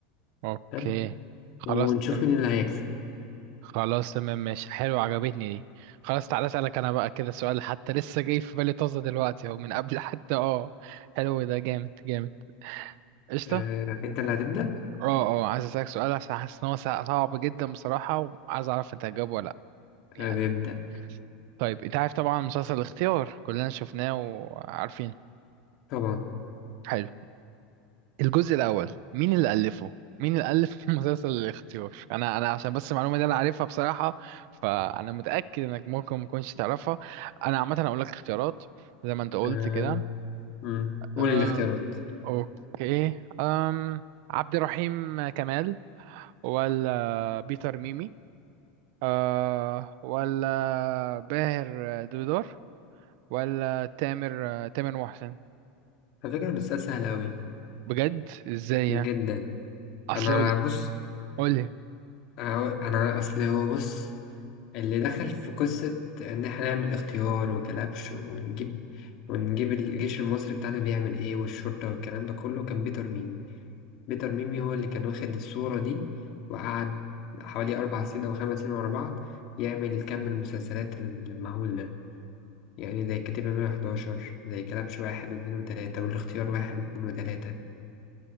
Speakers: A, on the right; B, on the left.
A: اوكي
B: حلو
A: خلاص
B: ونشوف
A: تمام
B: مين اللي هيكسب
A: خلاص تمام ماشي حلو عجبتني دي خلاص تعالى اسألك انا بقى كده سؤال حتى لسه جاي في بالي طازة دلوقتي اهو من قبل <laughs> حتى اه حلو ده جامد جامد قشطة
B: آه، أنت اللي هتبدأ
A: اه اه عايز اسألك سؤال عشان حاسس ان هو سع- صعب جدا بصراحة وعايز اعرف انت هتجاوبه ولا لا يعني
B: أنا بيبدأ
A: طيب انت عارف طبعا مسلسل الاختيار كلنا شفناه وعارفين
B: طبعا
A: حلو الجزء الأول مين اللي ألفه؟ مين اللي ألف <laughs> مسلسل الاختيار؟ أنا أنا عشان بس المعلومة دي أنا عارفها بصراحة فأنا متأكد إنك ممكن ما تكونش تعرفها أنا عامة هقول لك اختيارات زي ما أنت قلت
B: آه،
A: كده
B: مم. قول
A: أه
B: الاختيارات
A: أوكي أم عبد الرحيم كمال ولا بيتر ميمي أه ولا باهر دودار ولا تامر تامر محسن
B: على فكرة ده سؤال سهل أوي
A: بجد إزاي
B: جدا
A: يعني؟ أصل
B: أنا
A: قول
B: بص
A: قول لي
B: أنا أنا أصل هو بص اللي دخل في قصة إن إحنا نعمل اختيار وكلبش ونجيب ونجيب الجيش المصري بتاعنا بيعمل إيه والشرطة والكلام ده كله كان بيتر ميمي بيتر ميمي هو اللي كان واخد الصورة دي وقعد حوالي أربع سنين أو خمس سنين ورا بعض يعمل كم المسلسلات المهول ده يعني زي الكتيبة 111 زي كلبش واحد واتنين وتلاتة والاختيار واحد واتنين وتلاتة